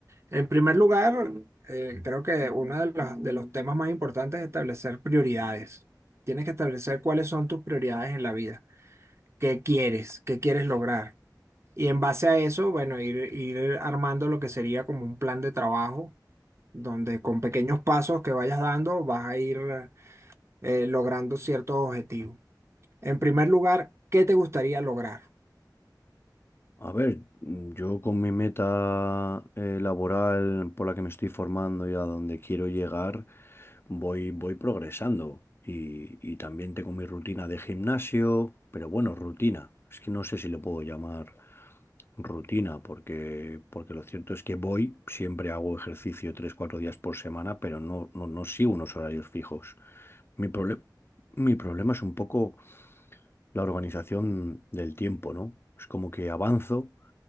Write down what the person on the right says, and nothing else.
En primer lugar, eh, creo que uno de los, de los temas más importantes es establecer prioridades. Tienes que establecer cuáles son tus prioridades en la vida, qué quieres, qué quieres lograr. Y en base a eso, bueno, ir, ir armando lo que sería como un plan de trabajo, donde con pequeños pasos que vayas dando vas a ir eh, logrando ciertos objetivos. En primer lugar, ¿qué te gustaría lograr?